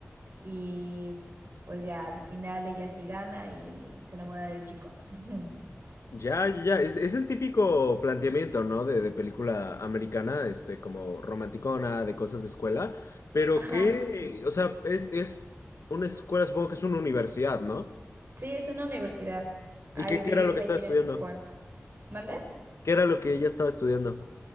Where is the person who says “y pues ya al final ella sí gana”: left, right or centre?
Right